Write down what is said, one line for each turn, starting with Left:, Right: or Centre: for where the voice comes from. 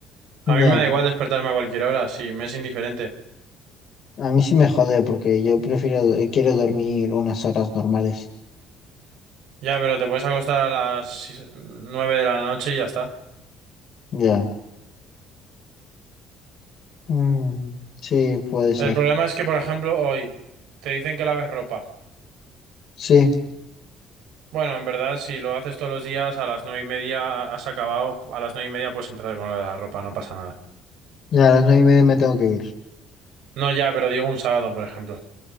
Right: A
Left: Ya,
Right: mí me da igual despertarme a cualquier hora, si me es indiferente.
Left: a mí sí me jode porque yo prefiero, eh, quiero dormir unas horas normales.
Right: Ya, pero te puedes acostar a las 9 de la noche y ya está.
Left: Ya. Mm, sí, puede ser.
Right: El problema es que, por ejemplo, hoy te dicen que laves ropa.
Left: Sí,
Right: Bueno, en verdad, si lo haces todos los días, a las 9 y media has acabado, a las 9 y media puedes empezar con lo de la ropa, no pasa nada.
Left: ya a las 9 y media me tengo que ir.
Right: No, ya, pero digo un sábado, por ejemplo.